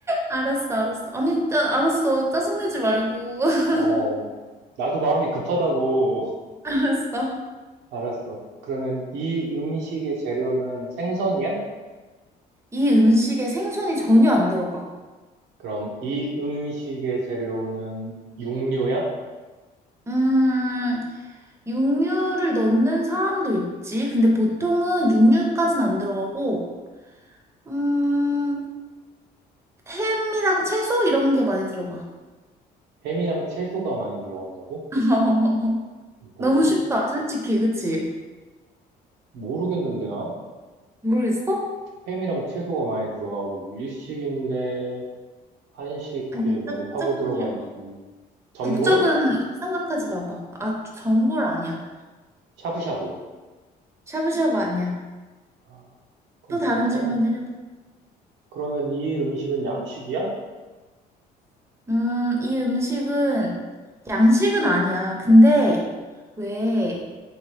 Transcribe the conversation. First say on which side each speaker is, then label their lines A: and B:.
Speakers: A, on the right (about 15°); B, on the right (about 85°).
A: 알았어, 알았어. 아니, 짜, 알았어. 짜증내지 말고.
B: <laughs>
A: <laughs>
B: 어, 나도 마음이 급하다고. <laughs>
A: 알았어.
B: 알았어. 그러면 이 음식의 재료는 생선이야?
A: 이 음식에 생선이 전혀 안 들어가.
B: 그럼 이 음식의 재료는 육류야?
A: 음, 육류를 넣는 사람도 있지. 근데 보통은 육류까진 안 들어가고, 음, 햄이랑 채소 이런 게 많이 들어가.
B: 햄이랑 채소가 많이 들어간다고?
A: <laughs>
B: 뭐지?
A: 너무 쉽다, 솔직히, 그치?
B: 모르겠는데, 난?
A: 모르겠어?
B: 햄이랑 채소가 많이 들어가고, 일식인데, 한식에
A: 아니,
B: 많이
A: 짝,
B: 파고
A: 짝꿍이.
B: 들어가 있고,
A: 어,
B: 전골?
A: 국적은 생각하지 마봐. 아, 전골 아니야.
B: 샤브샤브.
A: 샤브샤브 아니야.
B: 아, 그럼
A: 또 다른
B: 뭐야?
A: 질문을 해봐.
B: 그러면 이 음식은 양식이야?
A: 음, 이 음식은 양식은 아니야. 근데 왜,